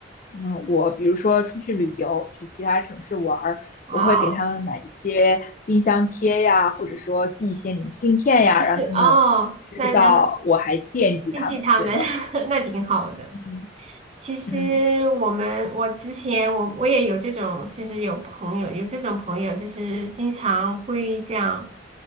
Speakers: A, on the left; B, on the right.
A: 嗯，我比如说出去旅游，去其他城市玩儿，
B: 哦，
A: 我会给他们买一些冰箱贴呀，或者说寄一些明信片呀，
B: 就是哦，
A: 让他们知道我还惦记他们。
B: 那那惦记他们，
A: 对的，
B: <laughs> 那挺好的。
A: 嗯
B: 其实我们，
A: 嗯
B: 我之前我我也有这种，就是有朋友有这种朋友，就是经常会这样，